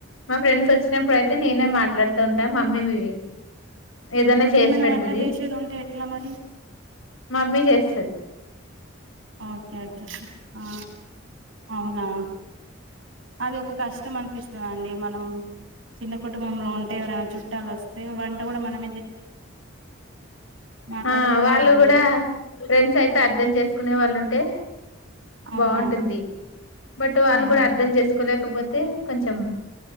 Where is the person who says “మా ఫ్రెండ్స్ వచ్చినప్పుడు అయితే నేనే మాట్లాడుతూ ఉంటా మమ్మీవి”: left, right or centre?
Left